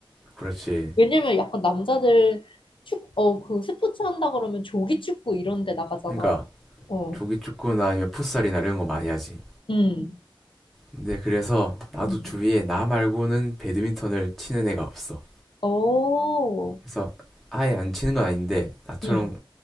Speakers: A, in the centre; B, on the left.
A: 그렇지.
B: 왜냐면 약간 남자들 축, 어, 그 스포츠 한다 그러면 조기 축구 이런 데 나가잖아.
A: 그러니까
B: 어.
A: 조기 축구나 아니면 풋살이나 이런 거 많이 하지.
B: 응.
A: 근데 그래서 나도
B: 응.
A: 주위에 나 말고는 배드민턴을 치는 애가 없어.
B: 오.
A: 그래서 아예 안 치는 건 아닌데 나처럼
B: 응.